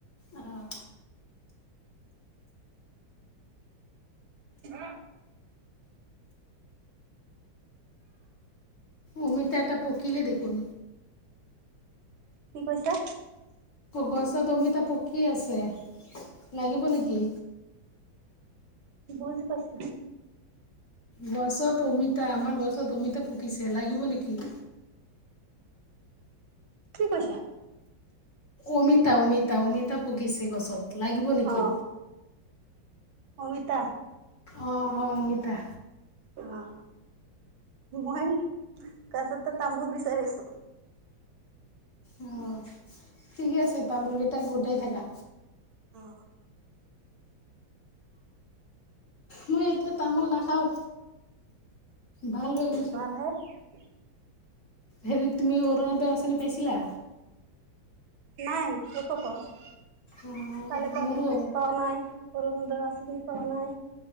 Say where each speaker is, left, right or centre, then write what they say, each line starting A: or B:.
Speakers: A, on the left; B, on the right.
A: অহ।
B: হা।
A: অমিতা এটা পকিল দেখোন।
B: কি কৈছা?
A: গছত অমিতা পকি আছে, লাগিব নেকি?
B: বুজি পাইছো।
A: গছত অমিতা, আমাৰ গছত অমিতা পুকিছে, লাগিব নেকি?
B: কি কৈছা?
A: অমিতা-অমিতা- অমিতা পকিছে গছত। লাগিব নেকি?
B: অ অমিতা।
A: অঁ, অ, অমিতা।
B: অ, মই গছত তামোল বিচাৰি আছোঁ।
A: অ, ঠিকে আছে, তামোল কেইটাই গোটাই থাকা।
B: অ।
A: মই এতিয়া তামোল নাখাওঁ, ভাল হৈ গৈছো।
B: উম।
A: হেৰি তুমি অৰুণোদয় আঁচনি পাইছিলা?
B: নাই একো পোৱা নাই।
A: অঁ,
B: চালি পাট
A: মোৰো
B: পোৱা নাই, অৰুনোদয় আঁচনি পোৱা নাই।